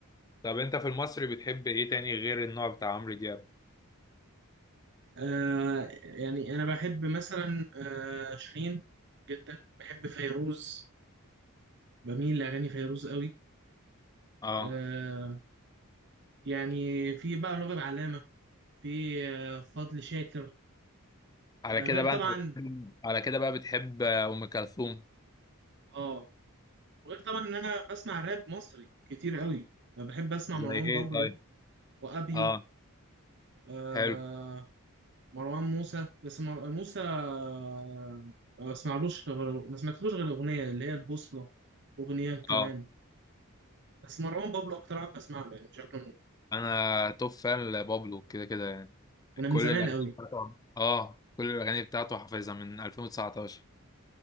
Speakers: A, on the left; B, on the right.
A: طب أنت في المصري بتحب إيه تاني غير النوع بتاع عمرو دياب؟
B: آه يعني أنا بحب مثلا آه شيرين جدا بحب فيروز بميل لأغاني فيروز قوي
A: أه
B: آه يعني في بقى راغب علامة في آه، فضل شاكر
A: على
B: آه،
A: كده
B: غير
A: بقى
B: طبعا
A: أنت بتحب على كده بقى بتحب آه، أم كلثوم
B: اه غير طبعا ان انا بسمع راب مصري كتير قوي انا بحب اسمع
A: زي
B: مروان
A: إيه
B: بابلو
A: طيب؟
B: وابيو
A: أه
B: آه
A: حلو
B: مروان موسى بس مر... موسى آه، ما بسمعلوش غير ما سمعتلوش غير الاغنيه اللي هي البوصله اغنيه كمان
A: اه
B: بس مروان بابلو اكتر واحد بسمع له يعني بشكل عام
A: انا توب فان لبابلو كده كده يعني
B: وانا
A: كل
B: من زمان
A: الاغاني
B: قوي
A: بتاعته اه كل الاغاني بتاعته حافظها من 2019